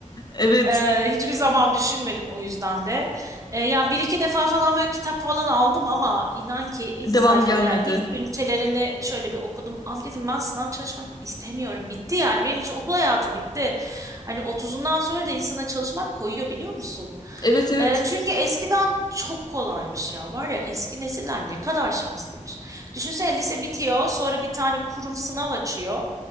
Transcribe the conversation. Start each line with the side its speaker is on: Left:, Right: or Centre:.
Left: Evet.
Right: Ee, hiçbir zaman düşünmedim o yüzden de. Ee, yani bir iki defa falan böyle kitap falan aldım ama inan ki ilk
Left: Devam
Right: sayfalı
Left: gelmedi.
Right: ya ilk ünitelerini şöyle bir okudum. Abi dedim ben sınav çalışmak istemiyorum. Bitti yani benim için okul hayatı bitti. Hani otuzundan sonra da insana çalışmak koyuyor biliyor musun?
Left: Evet evet.
Right: Ee, çünkü eskiden çok kolaymış ya. Var ya eski nesiller ne kadar şanslıymış. Düşünsene lise bitiyor sonra bir tane kurum sınav açıyor.